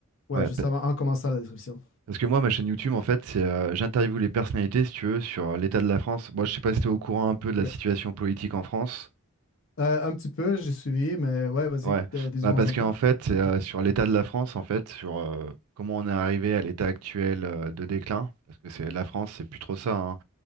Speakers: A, on the left (about 60°); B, on the right (about 85°).
A: ouais,
B: Ouais,
A: juste
B: pa-
A: avant, en commençant la description.
B: parce que moi ma chaîne YouTube en fait c'est euh, j'interviewe les personnalités si tu veux sur euh, l'état de la France. Moi je sais pas si t'es au courant un peu de la
A: Ok.
B: situation politique en France.
A: Euh, un petit peu, j'ai suivi, mais ouais, vas-y,
B: Ouais,
A: euh, dis-moi
B: bah parce
A: en
B: qu'en
A: plus.
B: fait c'est euh, sur l'état de la France en fait sur euh, comment on est arrivé à l'état actuel euh, de déclin parce que c'est la France c'est plus trop ça. hein.